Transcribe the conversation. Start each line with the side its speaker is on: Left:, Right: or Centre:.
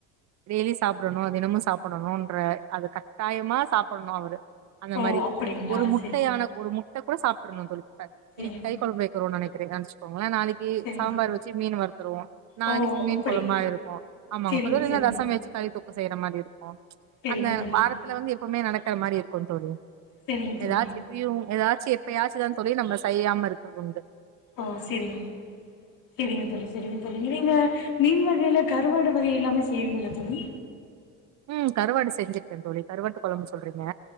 Right: டெய்லி சாப்டணு தினமு சாப்புடணுன்ற அது கட்டாயமா சாப்புடணு அவுரு அந்த
Left: ஓ
Right: மாரி
Left: அப்டிங்களா
Right: ஒரு முட்டையான
Left: செரிங்க
Right: ஒரு முட்ட கூட சாப்ட்டுடணு தோழி இப்ப
Left: செரிங்க
Right: இன்னைக்கு கறி கொழம்பு இப்பிடி கவ்ண்ச்சிப்போ மொத நாளைக்கி
Left: செரிங்க
Right: சாம்பார் வச்சு மீன் வருத்துருவோ நாளைக்கு
Left: ஓ
Right: மீன்
Left: அப்டி
Right: குழம்பா இருக்கு ஆமாங்க
Left: செரிங்க
Right: கொதுதையா
Left: செரிங்க
Right: ரசம் வச்சு கறி தொக் செய்ற மாதிரி இருக் அ ச்
Left: செரிங்க
Right: அந்த
Left: தோழி
Right: வாரத்துல வந்து எப்பவ்மே நடக்கற மாரி இருக்கும் தோழி
Left: செரிங்க தோழி
Right: எதாச்சு எப்டியு எதா ச்சு எப்பயாச்சு தான் தோழி நம்ம செய்யாம இருக்குறதுண்டு
Left: ஓ செரிங்க செரிங்க தோழி செரிங்க தோழி நிறைவா மீன் வகைல கருவாடு வகை எல்லாமே செய்வீங்களா தோழி
Right: உம் கருவாடு செஞ்சிருக்கே தோழி கருவாட்டு கொழம்பு சொல்றீங்க